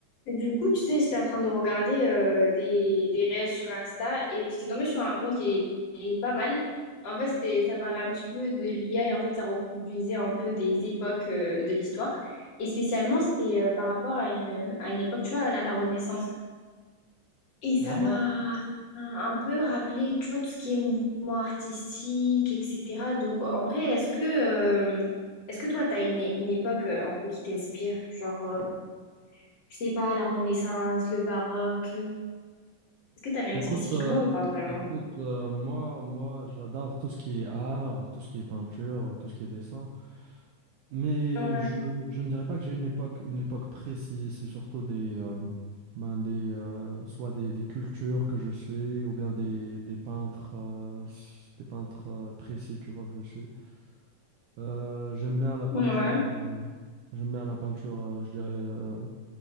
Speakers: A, on the left (about 55°); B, on the right (about 75°).
A: Et Du coup, tu sais, j'étais en train de regarder euh, des, des réels sur Insta et j'étais tombée sur un compte qui est, qui est pas mal. En fait, c'était, ça parlait un petit peu de l'IA et en fait, ça reproduisait un peu des époques euh, de l'histoire. Et spécialement, c'était euh, par rapport à une, à une époque, tu vois, à la, la Renaissance. Et ça
B: Ouais,
A: m'a
B: ouais.
A: ça m'a un peu rappelé, tu vois, tout ce qui est mouvement artistique, etc. Donc, en vrai, est-ce que, euh, est-ce que toi, t'as une, une époque euh, un peu qui t'inspire? Genre, euh, je sais pas, la Renaissance, le baroque. euh. Est-ce que t'en as une
B: Écoute,
A: spécifiquement
B: euh,
A: ou pas vraiment?
B: écoute euh, moi, moi j'adore tout ce qui est art, tout ce qui est peinture, tout ce qui est dessin. Mais
A: Ouais.
B: je, je ne dirais pas que j'ai une époque, une époque précise. C'est surtout des, euh, ben des, euh, soit des, des cultures que je suis, ou bien des, des peintres, euh, s- des peintres euh, précis, tu vois, que je suis. Euh, j'aime bien la peinture,
A: Ouais.
B: euh, j'aime bien la peinture, euh, je dirais, euh,